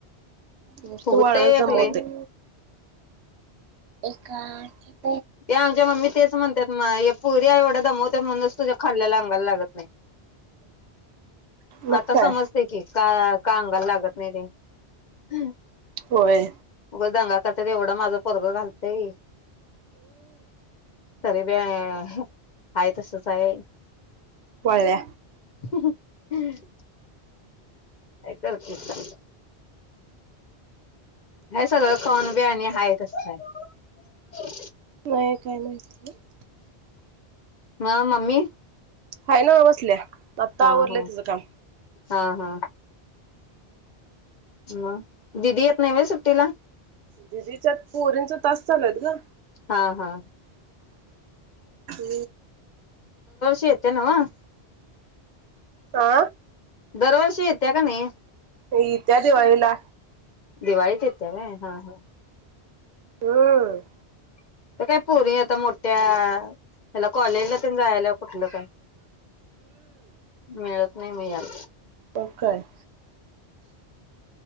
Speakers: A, on the right; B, on the left.
A: निस्त
B: फुगतय
A: वाळच
B: एक
A: दमवतेय.
B: लई
A: एका <unintelligible>
B: ते आमच्या मम्मी तेच म्हणतात, म पुरी एवढ्या दमवत म्हणूनच, तुझ्या खाल्ल्याला अंगायला लागत नाही.
A: मग
B: आता
A: काय
B: समजते की, का का अंगाला लागत नाही ते अ
A: होय
B: उगंच दंगा त्यात त्याज तेवढं माझं परगं घालतय. तरी बी आ आ हः आहेय तसच आहे,
A: वळल्या
B: हं हं. हम् काय करतेस. <unintelligible> हे सगळं कनबे आणि हा तसय. हो
A: नाही काय माहिती नाय.
B: हा मम्मी
A: हय नाव बसल्या. आत्ता
B: हा
A: आवरलंय
B: हा
A: तिचं काम.
B: हा हा. म दिदी येत नाही होय सुट्टीला.
A: दिदीच्या पोरींचा तास चालूयत ग.
B: हा हा
A: हू
B: येत नाव
A: हा
B: दरवर्षी येत येत्या का नाही.
A: होय इत्या दिवाळीला.
B: दिवाळी ते त्या होय हा हा
A: हम्
B: आता काय पोरी आता मोठ्या त्याला कॉलेजला तेन जायला कुठलं काय मिळत. नाही मि आल.
A: हो काय.